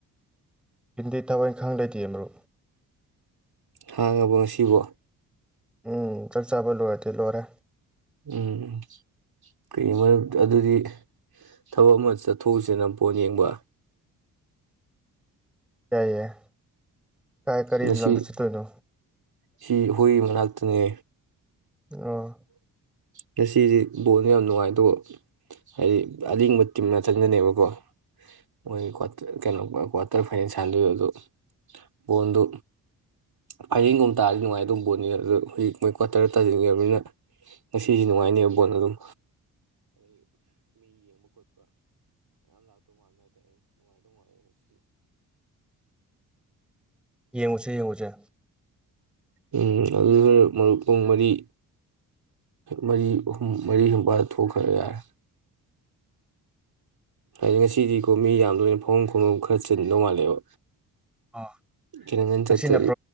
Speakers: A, in the centre; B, on the right.
A: ꯍꯤꯟꯗꯤ ꯊꯋꯥꯏꯈꯥꯡ ꯂꯩꯇꯦ ꯑꯃꯔꯨ
B: ꯍꯥꯡꯉꯕ ꯉꯁꯤꯕꯣ
A: ꯎꯝ ꯆꯥꯛ ꯆꯥꯕ ꯂꯣꯏꯔꯗꯤ ꯂꯣꯏꯔꯦ
B: ꯎꯝ ꯀꯩꯒꯤ ꯃꯔꯨꯞ ꯑꯗꯨꯗꯤ ꯊꯕꯛ ꯑꯃ ꯆꯠꯊꯣꯛꯎꯁꯤꯅ ꯄꯣꯠ ꯌꯦꯡꯕ
A: <unintelligible> ꯀꯥꯏ ꯀꯔꯤ
B: ꯉꯁꯤ
A: ꯂꯝꯗ ꯆꯠꯇꯣꯏꯅꯣ
B: ꯁꯤ ꯍꯨꯏ ꯃꯅꯥꯛꯇꯅꯦ
A: ꯑ
B: ꯉꯁꯤꯗꯤ ꯕꯣꯜꯗꯣ ꯌꯥꯝ ꯅꯨꯡꯉꯥꯏꯗ ꯍꯥꯏꯗꯤ ꯑꯔꯤꯡꯕ ꯇꯤꯝꯅ ꯉꯥꯛꯇꯅꯦꯕꯀꯣ ꯃꯣꯏ ꯀꯩꯅꯣ ꯀ꯭ꯋꯥꯇꯔ ꯐꯥꯏꯅꯦꯜ ꯁꯥꯟꯗꯣꯏ ꯑꯗꯨ ꯕꯣꯜꯗꯨ ꯐꯥꯏꯔꯡꯒꯨꯝꯕ ꯇꯥꯔꯗꯤ ꯅꯨꯡꯉꯥꯏ ꯑꯗꯨ ꯕꯣꯜꯅꯤ ꯑꯗꯨ ꯍꯧꯖꯤꯛ ꯃꯣꯏ ꯀ꯭꯭ꯋꯥꯇꯔꯗ ꯇꯥꯁꯤꯟꯈꯕꯅꯤꯅ ꯉꯁꯤꯁꯤ ꯅꯨꯡꯉꯥꯏꯅꯦꯕ ꯕꯣꯠ ꯑꯗꯨꯝ
A: ꯌꯦꯡꯉꯨꯁꯦ ꯌꯦꯡꯉꯨꯁꯦ
B: ꯎꯝ ꯑꯗꯨ ꯈꯔ ꯄꯨꯡ ꯃꯔꯤ ꯃꯔꯤ ꯑꯍꯨꯝ ꯃꯔꯤ ꯁ꯭ꯋꯥꯏꯗ ꯊꯣꯛꯈ꯭ꯔꯒ ꯌꯥꯔꯦ ꯍꯥꯏꯗꯤ ꯉꯁꯤꯗꯤꯀꯣ ꯃꯤ ꯌꯥꯝ ꯂꯣꯏꯅ ꯐꯃꯝ ꯈꯣꯡꯐꯝ ꯈꯔ ꯆꯤꯟꯗꯧ ꯃꯥꯜꯂꯦꯕ
A: ꯑꯣ
B: ꯈꯤꯇꯪꯒꯟ
A: ꯉꯁꯤ
B: ꯆꯠꯇ꯭ꯔꯗꯤ
A: ꯅ